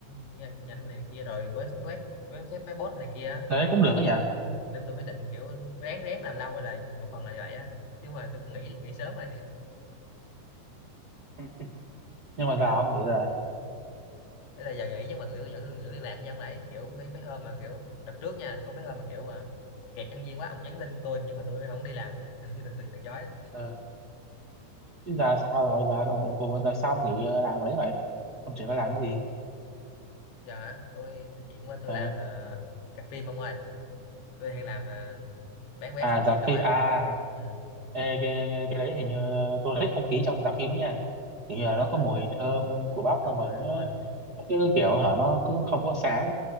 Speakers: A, on the left; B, on the right.
A: nhanh nhanh này kia rồi quan sát quét quan sát máy bot này kia
B: thế cũng được đó nhỉ.
A: ừ. nên tôi mới định kiểu ráng ráng làm lâu là một phần là vậy á chứ mà tôi cũng nghĩ nghĩ sớm rồi
B: Ừ. Nhưng mà
A: <laughs> chứ.
B: giờ ông nghĩ là
A: đấy là giờ nghỉ nhưng mà tụi tôi vẫn giữ liên lạc với ông đấy kiểu mấy mấy hôm mà kiểu đợt trước nha có mấy hôm mà kiểu mà kẹt nhân viên quá ông nhắn tin tôi nhưng mà tôi không đi làm <laughs> tôi từ từ chối
B: ờ, chứ giờ sao rồi giờ ồ, ồ, giờ sao ông nghĩ ờ, làm cái đấy vậy? Ông chỉ phải làm cái gì?
A: giờ hả tôi tôi chuyển qua tôi
B: Ờ,
A: làm ờ, rạp phim ông ơi tôi đang làm ờ, bán vé
B: à
A: xem
B: dạp
A: phim rồi
B: phim à
A: ừ
B: ê, cái, cái cái đấy hình như ờ, tôi thích không khí trong dạp phim đúng nha. Kiểu như là
A: rồi
B: nó
A: đúng
B: có
A: rồi
B: mùi
A: kiểu
B: thơm của bắp
A: đúng
B: xong
A: rồi
B: rồi nó
A: đúng rồi đúng rồi
B: nó cứ kiểu hả nó cứ không có sáng